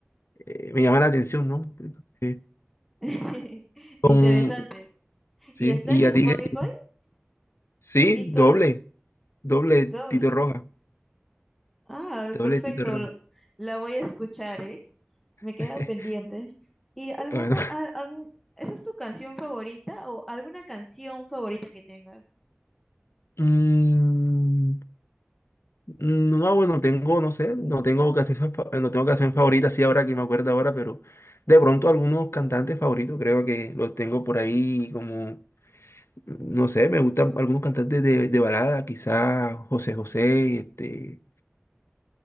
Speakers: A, on the left (about 85°); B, in the centre.
A: eh, me llaman la atención, ¿no? sí
B: <laughs>
A: como-
B: Interesante.
A: sí,
B: ¿Y está
A: y
B: en Spotify?
A: a ti, qué? sí,
B: Tito
A: doble, doble
B: Doble.
A: Tito Roja,
B: Ah,
A: doble
B: perfecto.
A: Tito Roja.
B: lo- La voy a escuchar, ¿eh? Me queda
A: <laughs>
B: pendiente. ¿Y alguna,
A: Bueno,
B: al- algún- esa es tu canción favorita o alguna canción favorita que tengas?
A: mm, no, bueno, tengo, no sé, no tengo canción, fa- no tengo canción favorita, sí, ahora que me acuerdo ahora, pero de pronto algunos cantantes favoritos creo que los tengo por ahí como... No sé, me gustan algunos cantantes de, de balada, quizás José José, este,